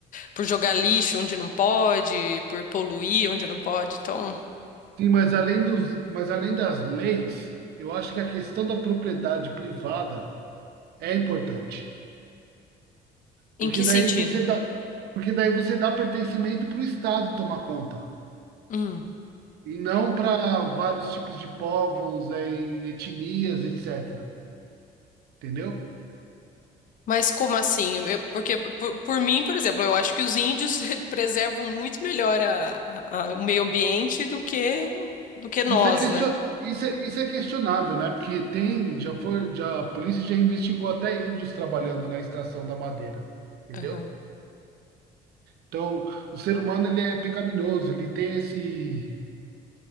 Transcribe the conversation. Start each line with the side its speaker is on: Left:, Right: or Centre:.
Left: por jogar lixo onde não pode, por poluir onde não pode. Então,
Right: sim, mas além dos, mas além das leis, eu acho que a questão da propriedade privada é importante,
Left: Em
Right: porque
Left: que
Right: daí
Left: sentido?
Right: você dá, porque daí você dá pertencimento para o Estado tomar conta,
Left: Hum.
Right: e não para vários tipos de povos, eh, etnias, etc. Entendeu?
Left: Mas como assim? Eu- porque, por, por mim, por exemplo, eu acho que os índios <laughs> preservam muito melhor a- a- o meio ambiente do que, do que nós,
Right: Isso é, question...
Left: né?
Right: isso é, isso é questionável, né? Porque tem, já foi, já, a polícia já investigou até índios trabalhando na extração da madeira, entendeu?
Left: Aham.
Right: Então, o ser humano, ele é pecaminoso, ele tem esse,